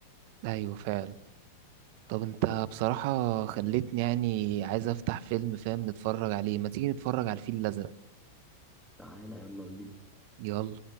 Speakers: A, on the right; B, in the centre.
A: أيوة فعلا طب انت بصراحة خليتني يعني عايز أفتح فيلم فاهم نتفرج عليه ما تيجي نتفرج على الفيل الأزرق
B: تعالى يلا بينا
A: يلا